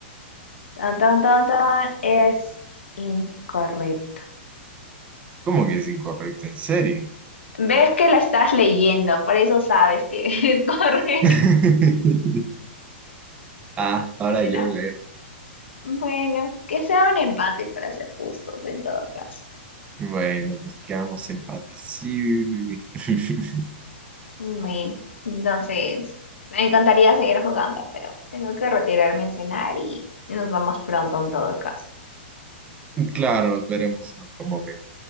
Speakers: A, on the left (about 85°); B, on the right (about 20°).
A: Tan, tan, tan, tan, es incorrecto.
B: ¿Cómo que es incorrecto? ¿En serio?
A: Ves que la estás leyendo, por eso sabes que <laughs> es correcto.
B: <laughs> Ah, ahora
A: Bueno,
B: yo leo.
A: bueno, que sea un empate para ser justos en todo caso.
B: Bueno, pues quedamos empate. Sí. <laughs>
A: Bueno, entonces me encantaría seguir jugando, pero tengo que retirarme a cenar y nos vamos pronto en todo caso.
B: Claro, nos veremos en otro momento.